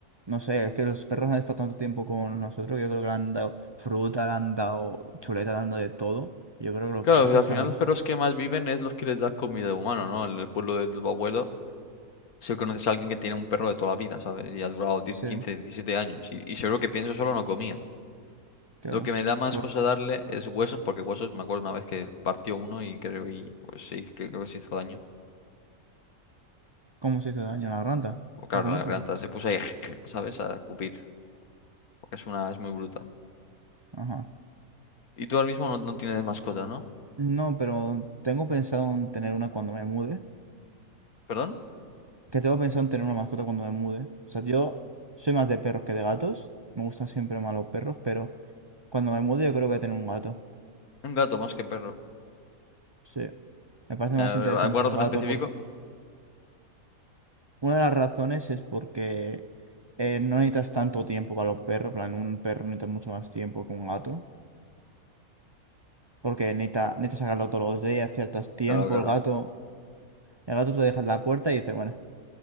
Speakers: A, on the right (about 40°); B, on the left (about 80°).
A: No sé, es que los perros han estado tanto tiempo con nosotros que yo creo que le han dado fruta, le han dado chuleta, le han dado de todo. Yo creo que los
B: Claro,
A: perros
B: pues, al final
A: se han acostumbrado.
B: los perros que más viven es los que les das comida de humano, ¿no? En el pueblo de tu abuelo, si conoces a alguien que tiene un perro de toda la vida, ¿sabes? Y ha durado diez
A: Sí,
B: quince diecisiete años. Y, y seguro que pienso solo no comía.
A: claro.
B: Lo que me da más
A: ¿Por
B: cosa darle es huesos, porque huesos me acuerdo una vez que partió uno y creo y pues se hizo- que creo que se hizo daño.
A: cómo se hizo daño a la rata?
B: O Claro,
A: ¿Para comérselo?
B: la garganta se puso ahí, <laughs> ¿sabes? A cupir, porque es una, es muy bruta.
A: Ajá.
B: Y tú ahora mismo no, no tienes mascota, ¿no?
A: No, pero tengo pensado en tener una cuando me mude.
B: ¿Perdón?
A: Que tengo pensado en tener una mascota cuando me mude. O sea, yo soy más de perros que de gatos. Me gustan siempre más los perros, pero cuando me mude yo creo que voy a tener un gato.
B: Un gato más que perro.
A: Sí. Me parece
B: Eh,
A: más
B: ¿Alguna
A: interesante un
B: razón
A: gato
B: específica?
A: porque Una de las razones es porque eh, no necesitas tanto tiempo para los perros, en plan, un perro necesita mucho más tiempo que un gato, porque necesita, necesitas sacarlo todos los días, ciertos tiempos,
B: Claro, claro.
A: el gato, el gato tú le dejas la puerta y dice, bueno,